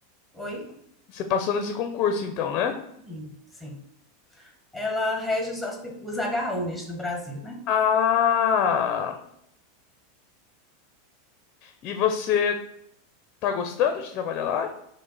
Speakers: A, in the centre; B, on the left (about 45°).
A: oi?
B: Você passou nesse concurso, então, né?
A: Sim. Sim. Ela rege os, hospi- os HUs do Brasil, né?
B: Ah! E você tá gostando de trabalhar lá?